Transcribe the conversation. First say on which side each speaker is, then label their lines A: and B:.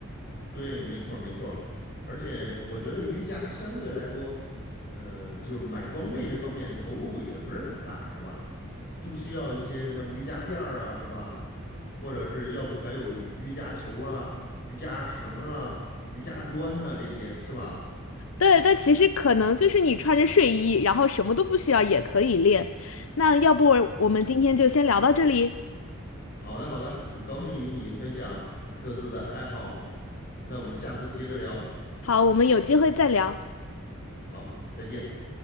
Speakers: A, on the left; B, on the left.
A: 对，没错儿没错儿而且我觉得瑜伽相对来说，呃，就是买装备这方面投入也不是很大，是吧？就需要一些什么瑜伽垫儿啊，是吧？或者是要不还有瑜伽球啊、瑜伽绳啊、瑜伽砖呐、这些是吧？
B: 对，但其实可能就是你穿着睡衣，然后什么都不需要也可以练。那要不我们今天就先聊到这里，
A: 好的，好的，很高兴与你分享各自的爱好，那我们下次接着聊，
B: 好，我们有机会再聊。
A: 好，再见。